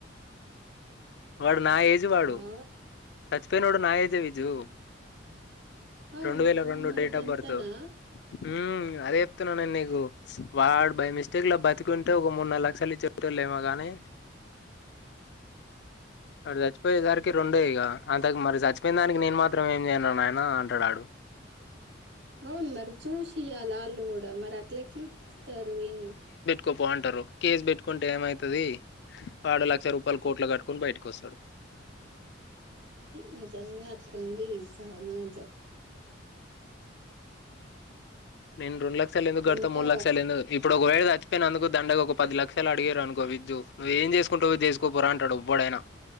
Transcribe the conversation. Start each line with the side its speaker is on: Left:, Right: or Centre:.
Left: వాడు నా ఏజ్ వాడు
Right: ఆ
Left: సచ్ పోయినోడు నా నా ఏజ్ ఏ విజు
Right: అవును
Left: రెండు వేల రెండు
Right: మరి
Left: డేట్
Right: గంతనా
Left: ఆఫ్ బర్త్ ఊ అదే చెప్తున్నా నేను నీకు వాడు బై మిస్టేక్ లో బతికుంటే ఒక మూడు నాల్ లక్షలు ఇచ్చటోలేమో గాని ఆడు చచ్చిపోయేసరికి రెండే ఇక అంతకు మరి చచ్చిపోయిన దానికి నేను మాత్రం ఏం చేయనరా నాయన అంటాడు
Right: అవును మరి చూసియాల వాళ్ళు కూడా మరి అట్ల ఎట్ల ఇస్తారు ఇన్
Left: క పోంటారు కేసు పెట్టుకుంటే ఏమైతది ఆడ లక్ష రూపాయల కోట్లు కట్టుకుని బయటకి వస్తాడు
Right: నిజంగా అట్లుంది ఈ సమాజం
Left: నే రండులక్ష ఎందుకు కడతం
Right: అంతా
Left: మూడు లక్షలు ఇప్ ఇప్పుడు ఒకవేళ చచ్చిపోయినందుకు దండగా ఒక పది లక్షలు అడిగిరు అనుకో విజ్జు నువ్ ఏం చేస్ టవో ఏసుకుపోరా అంటడువ్వడైనా